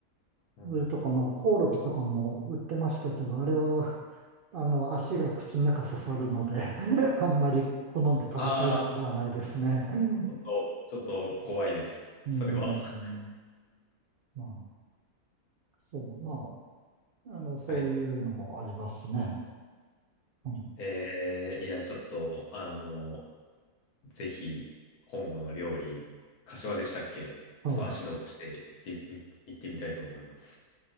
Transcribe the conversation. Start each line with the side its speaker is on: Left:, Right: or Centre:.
Left: うん。
Right: それとか、まあ、コオロギとかも売ってましたけど、あれは、あの、足が口の中刺さるので <laughs> あんまり好んで食べたいもんではないですね。
Left: ああ、
Right: うん、
Left: ちょっと、ちょっと怖いです。
Right: うん
Left: それは。
Right: まあ、そう、まあ、あの、そういうのもありますね。
Left: <laughs> はい。
Right: うん
Left: えー、いや、ちょっと、あの、ぜひ、今後の料理、柏でしたっけちょっと足伸ばして行ってみ、
Right: はい。
Left: 行ってみたいと思います。